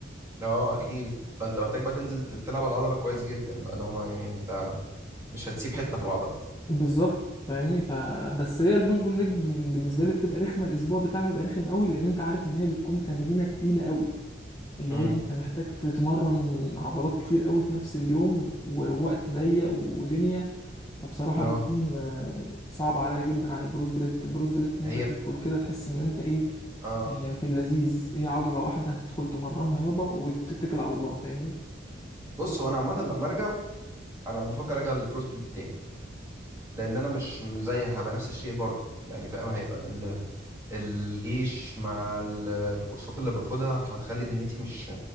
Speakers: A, on the right (about 15°); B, on the left (about 20°).
A: اه اكيد فانت محتاج بقى تنزل ت- تلعب على العضله كويس جدا بقى لو ما يعني انت مش هتسيب حته في العضله
B: بالظبط فاهمني فبس هي البوش بول ليج بن- بالنسبه لي بتبقى رخمه الاسبوع بتاعها بيبقى رخم قوي لان انت عارف ان هي بتكون تمرينه تقيله قوي اللي
A: امم
B: هو انت محتاج تتمرن عضلات كتير قوي في نفس اليوم ووقت ضيق ودنيا فبصراحة
A: اه
B: بتكون آه، صعبة عليا جدا عن البروز بليت البروز بليت انت
A: هي
B: بتدخل كده تحس ان انت ايه
A: اه
B: آه، في اللذيذ ايه عضلة واحدة هتدخل تمرنها يابا وتتكل على الله فاهمني
A: بص هو انا عامه لما ارجع انا بفكر ارجع للبرو سبليت تاني لان انا مش زي هبقى نفس الشيء برضه يعني فاهم هيبقى الجيش مع ال- الكورسات اللي باخدها فهتخلي دنيتي مش